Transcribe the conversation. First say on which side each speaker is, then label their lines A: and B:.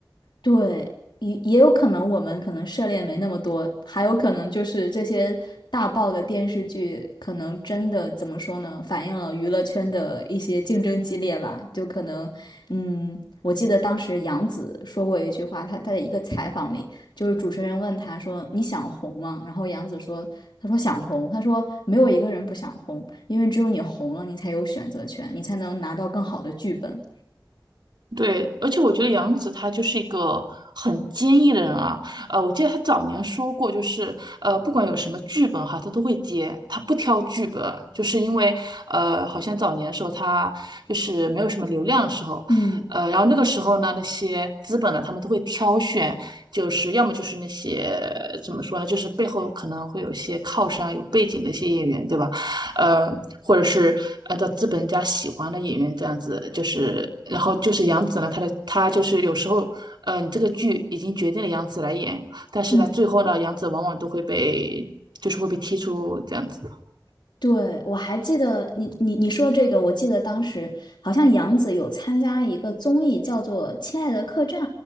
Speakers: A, on the left (about 80°); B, on the right (about 75°).
A: 对，也也有可能我们可能涉猎没那么多，还有可能就是这些大爆的电视剧，可能真的怎么说呢，反映了娱乐圈的一些竞争激烈吧。就可能，嗯，我记得当时杨紫说过一句话，她她在一个采访里，就是主持人问她说：“你想红吗？”然后杨紫说：“她说想红，她说没有一个人不想红，因为只有你红了，你才有选择权，你才能拿到更好的剧本。”
B: 对，而且我觉得杨紫她就是一个很坚毅的人啊。呃，我记得她早年说过，就是呃，不管有什么剧本哈，她都会接，她不挑剧本，就是因为呃，好像早年的时候她就是没有什么流量的时候，
A: 嗯。
B: 呃，然后那个时候呢，那些资本呢，他们都会挑选，就是要么就是那些怎么说呢，就是背后可能会有一些靠山、有背景的一些演员，对吧？呃，或者是按照资本家喜欢的演员这样子，就是然后就是杨紫呢，她的她就是有时候呃，你这个剧已经决定了杨紫来演，但是呢，
A: 嗯。
B: 最后呢，杨紫往往都会被就是会被踢出这样子。
A: 对，我还记得你你你说这个，我记得当时好像杨紫有参加一个综艺，叫做《亲爱的客栈》。